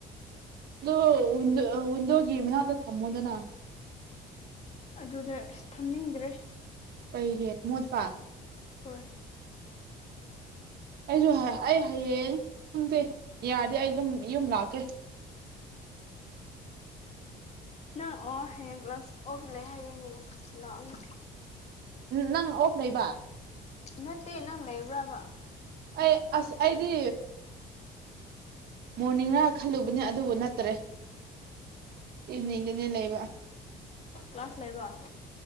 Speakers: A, on the right; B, on the left.
A: ꯑꯗꯣ ꯋꯤꯟꯗꯣ ꯋꯤꯟꯗꯣꯒꯤ ꯃꯅꯥꯛꯇ ꯊꯃꯣꯗꯅ
B: <inaudible> ꯑꯗꯨꯗ ꯑꯁ ꯊꯝꯅꯤꯡꯗ꯭ꯔꯦ
A: ꯀꯩꯒꯤ ꯃꯣꯗꯄ
B: ꯍꯣꯏ
A: ꯑꯩꯁꯨ ꯑꯩ ꯍꯌꯦꯡ ꯈꯪꯗꯦ ꯌꯥꯔꯗꯤ ꯑꯩꯗꯨꯝ ꯌꯨꯝ ꯂꯥꯛꯀꯦ
B: ꯅꯪ ꯑꯣ ꯍꯌꯦꯡ ꯀ꯭ꯂꯥꯁ ꯑꯣꯐ ꯂꯩ ꯍꯥꯏꯗꯤꯏꯅꯦ ꯂꯥꯛꯑꯣꯅꯦ
A: ꯅꯪ ꯑꯣꯐ ꯂꯩꯕ
B: ꯅꯠꯇꯦ ꯅꯪ ꯂꯩꯕ꯭ꯔꯕ
A: ꯑꯩ ꯑꯁ ꯑꯩꯗꯤ ꯃꯣꯔꯅꯤꯡꯅ ꯈꯜꯂꯨꯕꯅꯤ ꯑꯗꯨꯕꯨ ꯅꯠꯇꯔꯦ ꯏꯅꯤꯗꯅꯦ ꯂꯩꯕ
B: ꯀ꯭ꯂꯥꯁ ꯂꯩꯕ